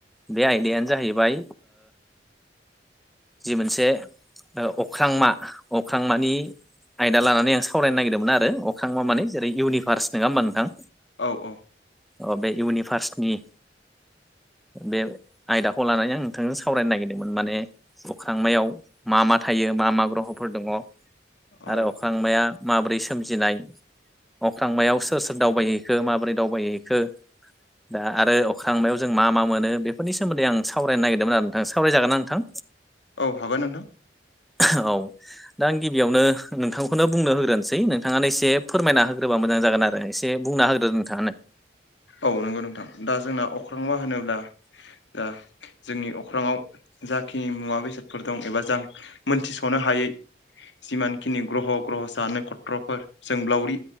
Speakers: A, in the centre; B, on the left (about 85°).
A: बे आयदायानो। जाहैबाय जि मोनसे। ओ अख्रांमा अख्रांमानि आयदा लानानै आं सावरायनो नागिरदोंमोन आरो अख्रा़मा माने जेरै इउनिभार्स नङा होमबा नोंथां।
B: औ औ।
A: अ बे इउनिभार्सनि बे आयदाखौ लानानै आं नोंथांजों सावरायनो नागिरदोंमोन माने अख्रांमायाव मा मा थायो मा मा ग्रहफोर दङ
B: औ
A: आरो अख्रांमाया माबोरै सोमजिनाय अख्रांमायाव सोर सोर दावबायहैखो माबोरै दावबायहैखो। दा आरो अख्रांमायाव जों मा मा मोनो बेफोरनि सोमोन्दै आं सावरायनो नागिरदोंमोन आरो नोंथां सावराय जागोना नोंथां।
B: औ हागोन नोंथां।
A: औ। दा आं गिबियावनो नोंथांखौनो बुंनो होग्रोनोसै नोंथाङानो एसे फोरमायना होग्रोबा मोजां जागोन आरो। एसे बुंना होग्रो नोंथाङानो।
B: औ- नंगौ नोंथां दा जोंना अख्रां मा होनोब्ला दा जोंनि अख्राङाव जाखिनि मुवा बेसादफोर दं एबा जों मोनथिस'नो हायै जिमान खिनि ग्रह' ग्रह'सा खथ्रफोर सोंब्लावरि